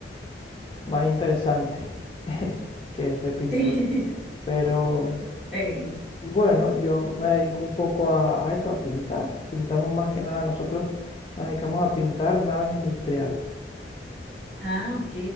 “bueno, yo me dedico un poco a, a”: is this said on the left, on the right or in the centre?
Left